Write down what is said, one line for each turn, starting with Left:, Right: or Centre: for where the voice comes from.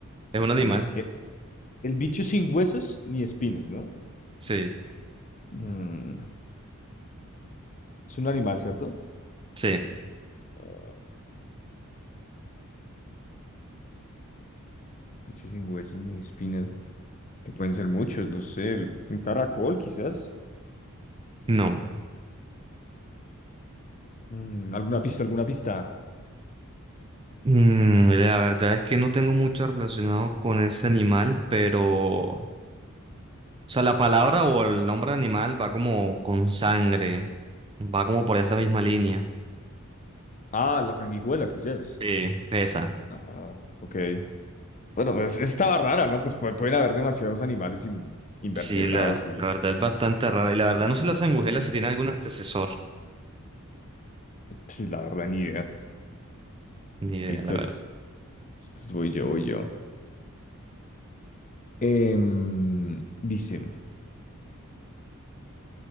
Right: ¿Es un animal?
Left: Ah, e- el, bicho sin huesos ni espinas, ¿no?
Right: Sí,
Left: Mm, es un animal, ¿cierto?
Right: sí,
Left: Ah, bicho sin huesos ni espinas. Es que pueden ser muchos, no sé, el- un caracol quizás.
Right: no.
Left: Mm, alguna pista, alguna pista.
Right: Mm, la verdad es que no tengo mucho relacionado con ese animal, pero... O sea, la palabra o el nombre animal va como con sangre, va como por esa misma línea.
Left: Ah, la sanguijuela quizás.
Right: Sí, esa.
Left: Ah, ok. Bueno, pues estaba rara, ¿no? Pues pu- pueden haber demasiados animales in- invertebrados
Right: Sí, la,
Left: y...
Right: la verdad es bastante rara. Y la verdad no sé la
Left: <clears throat>
Right: sangujela si tiene algún antecesor.
Left: Sí, la verdad, ni idea.
Right: Ni idea,
Left: Listos.
Right: la
Left: Estos voy yo, voy yo. Em, dice...